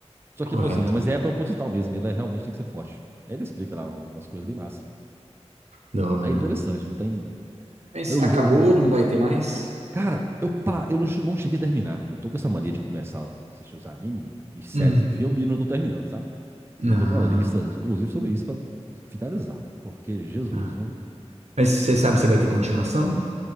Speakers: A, on the right; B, on the right.
A: Só
B: Correto.
A: que ele falou assim, "Não, mas é proposital mesmo, ele é- realmente tem que ser forte. Aí ele explica lá umas coisas bem massa.
B: Da hora.
A: É interessante, não tem.
B: Mas
A: Mas o
B: acabou,
A: jogo.
B: não vai ter mais?
A: Cara, eu, pa, eu não, che- não cheguei a terminar. Eu tô com essa mania de começar a assistir os anime e séries
B: Hum.
A: e filmes e não tô terminando, sabe?
B: Não.
A: Eu tô com uma lista, inclusive, sobre isso pra finalizar. Porque, Jesus,
B: não.
A: viu?
B: Mas você sabe se vai ter continuação?